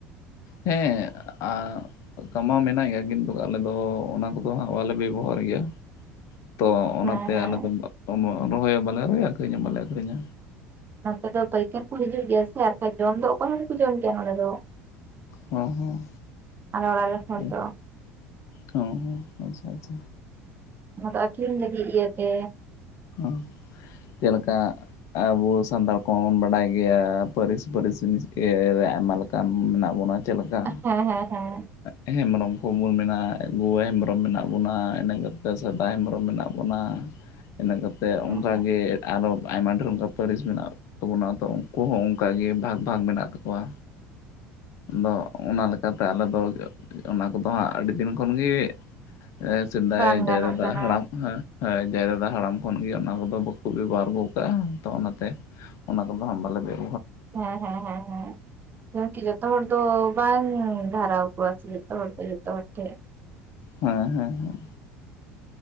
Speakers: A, on the left; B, on the right.
A: ᱦᱮᱸ ᱟ ᱠᱟᱢᱟᱣ ᱢᱮᱱᱟᱜ ᱜᱮᱭᱟ ᱠᱤᱱᱛᱩ ᱟᱞᱮ ᱫᱚ ᱚᱱᱟ ᱠᱚᱫᱚ ᱦᱟᱸᱜ ᱵᱟᱞᱮ ᱵᱮᱵᱚᱦᱟᱨ ᱜᱤᱭᱟ᱾ ᱛᱚ ᱚᱱᱟᱛᱮ
B: ᱦᱮᱸ ᱦᱮᱸ
A: ᱟᱞᱮᱫᱚ ᱨᱚᱦᱚᱭ ᱦᱚᱸ ᱵᱟᱞᱮ ᱨᱚᱦᱚᱭᱟ ᱟᱹᱠᱷᱨᱤᱧ ᱦᱚᱸ ᱵᱟᱞᱮ ᱟᱹᱠᱷᱨᱤᱧᱟ᱾
B: ᱱᱚᱱᱛᱮ ᱫᱚ ᱯᱟᱹᱭᱠᱟᱹᱨ ᱠᱩ ᱦᱤᱡᱩᱜ ᱜᱮᱭᱟ ᱥᱮ ᱟᱨᱠᱷᱟᱡ ᱡᱚᱢ ᱫᱚ ᱚᱠᱚᱭ ᱦᱚᱸ ᱵᱟᱠᱚ ᱡᱚᱢ ᱜᱮᱭᱟ ᱱᱚᱸᱰᱮ ᱫᱚ᱾
A: ᱦᱚᱸ ᱦᱚᱸ
B: ᱟᱞᱮ ᱚᱲᱟᱜ ᱨᱮᱱ ᱦᱚᱲ
A: ᱦᱩᱸ,
B: ᱫᱚ
A: ᱦᱚᱸ ᱦᱚᱸ ᱟᱪᱪᱷᱟ ᱟᱪᱪᱷᱟ᱾
B: ᱚᱱᱟᱫᱚ ᱟᱠᱷᱨᱤᱧ ᱞᱟᱹᱜᱤᱫ ᱤᱭᱟᱹ ᱛᱮ᱾
A: ᱦᱚᱸ ᱡᱮᱞᱮᱠᱟ ᱟᱵᱚ ᱥᱟᱱᱛᱟᱲ ᱠᱚᱦᱚᱸ ᱵᱚᱱ ᱵᱟᱰᱟᱭ ᱜᱮᱭᱟ ᱯᱟᱹᱨᱤᱥ ᱯᱟᱹᱨᱤᱥ <inaudible> ᱨᱮ ᱟᱭᱢᱟ ᱞᱮᱠᱟᱱ ᱢᱮᱱᱟᱜ ᱵᱚᱱᱟ᱾ ᱪᱮᱫ ᱞᱮᱠᱟ
B: ᱦᱮᱸ ᱦᱮᱸ ᱦᱮᱸ
A: ᱮᱸ ᱦᱮᱢᱵᱨᱚᱢ ᱠᱚ ᱵᱩᱱ ᱢᱮᱱᱟ <inaudible> ᱦᱮᱢᱵᱨᱚᱢ ᱢᱮᱱᱟᱜ ᱵᱚᱱᱟ ᱤᱱᱟᱹ ᱠᱟᱛᱮᱜ ᱥᱟᱫᱟ ᱦᱮᱢᱵᱨᱚᱢ ᱢᱮᱱᱟᱜ ᱵᱚᱱᱟ᱾ ᱤᱱᱟᱹ ᱠᱟᱛᱮᱫ
B: ᱦᱮᱸ
A: ᱚᱱᱠᱟ ᱜᱮ ᱟᱨᱚ ᱟᱭᱢᱟ ᱰᱷᱮᱨ ᱩᱱᱠᱟ ᱯᱟᱹᱨᱤᱥ ᱢᱮᱱᱟᱜ ᱛᱟᱵᱚᱱᱟ ᱛᱚ ᱩᱱᱠᱩ ᱦᱚᱸ ᱚᱱᱠᱟ ᱜᱮ ᱵᱷᱟᱜᱽ ᱵᱷᱟᱜᱽ ᱢᱮᱱᱟᱜ ᱛᱟᱠᱚᱣᱟ᱾ ᱟᱫᱚ ᱚᱱᱟ ᱞᱮᱠᱟᱛᱮ ᱟᱞᱮ ᱫᱚ ᱚᱱᱟ ᱠᱚᱫᱚ ᱦᱟᱸᱜ ᱟᱹᱰᱤ ᱫᱤᱱ ᱠᱷᱚᱱ ᱜᱮ ᱮᱸ ᱥᱮᱫᱟᱭ
B: ᱵᱟᱝ
A: <unintelligible>
B: ᱜᱟᱱᱚᱜ
A: ᱦᱟᱲᱟᱢ <inaudible>
B: ᱠᱟᱱᱟ
A: ᱫᱟ ᱦᱟᱲᱟᱢ ᱠᱷᱚᱱ ᱜᱮ ᱚᱱᱟ ᱠᱚᱫᱚ ᱵᱟᱠᱚ ᱵᱮᱵᱚᱦᱟᱨ ᱟᱹᱜᱩ ᱠᱟᱜᱼᱟ ᱛᱚ ᱚᱱᱟᱛᱮ ᱚᱱᱟ ᱠᱚᱫᱚ ᱦᱟᱸᱜ ᱵᱟᱞᱮ ᱵᱮᱵ
B: ᱦᱮᱸ ᱦᱮᱸ ᱦᱮᱸ ᱦᱮᱸ <inaudible> ᱛᱚ ᱦᱚᱲ ᱫᱚ ᱵᱟᱝ ᱫᱷᱟᱨᱟᱣ ᱠᱚᱣᱟ ᱥᱮ ᱡᱷᱚᱛᱚ ᱦᱚᱲ ᱫᱚ ᱡᱷᱚᱛᱚ ᱦᱚᱲ ᱴᱷᱮᱡ᱾
A: ᱦᱮᱸ ᱦᱮᱸ ᱦᱮᱸ᱾